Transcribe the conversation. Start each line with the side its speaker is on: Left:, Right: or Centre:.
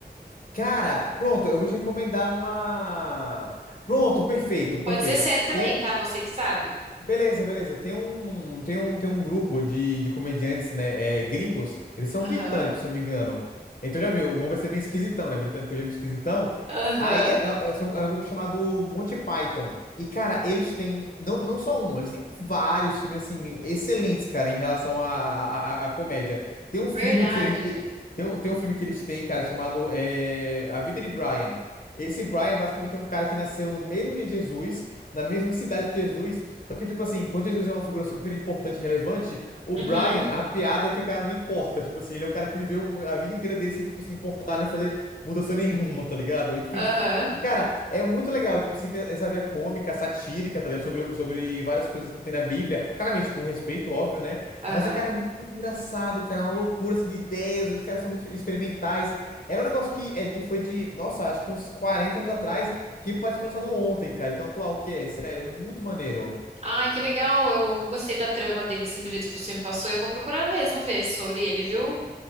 Left: Cara, pronto, eu vou te recomendar uma. Pronto, perfeito, perfeito.
Right: Pode ser série também,
Left: Tem,
Right: tá? Você que sabe.
Left: Beleza, beleza. Tem um, tem um, tem um grupo de, de comediantes, né, é, gringos. Eles são
Right: Aham.
Left: britânicos, se eu não me engano. Então já viu, o humor vai ser bem esquisitão, né? Britânico é muito esquisitão.
Right: Aham.
Left: Aí é, é- é- são- é um grupo chamado Monty Python. E, cara, eles têm, não, não só um, eles têm vários filmes, assim, excelentes, cara, em relação à à- à- à comédia. Tem um filme
Right: Verdade.
Left: que ele, que, tem um, tem um filme que eles têm, cara, chamado é, A Vida de Brian. Esse Brian, basicamente, é um cara que nasceu no mesmo dia de Jesus, na mesma <laughs> cidade que Jesus. Só que, tipo assim, enquanto Jesus é uma figura super importante e relevante, o
Right: Uhum.
Left: Brian, a piada é que o cara não importa. Tipo assim, ele é o cara que viveu a vida inteira dele sem, tipo, se importar nem fazer mudança nenhuma, tá ligado? Enfim.
Right: Aham.
Left: E, Cara, é muito legal, tipo assim, tem essa veia cômica, satírica, tá ligado? Sobre, sobre várias coisas que tem na Bíblia. Claramente, com respeito, óbvio, né?
Right: Aham.
Left: Mas, é, cara, é muito engraçado, cara. É uma loucura, assim, de ideias. E os caras são muito experimentais. É um negócio que é de, foi de, nossa, acho que uns 40 anos atrás, que parece que foi lançado ontem, cara. Então, atual que é, sério, é muito maneiro.
Right: Ai, que legal. Eu gostei da trama dele assim, do jeito que você me passou. Eu vou procurar mesmo ver sobre ele, viu?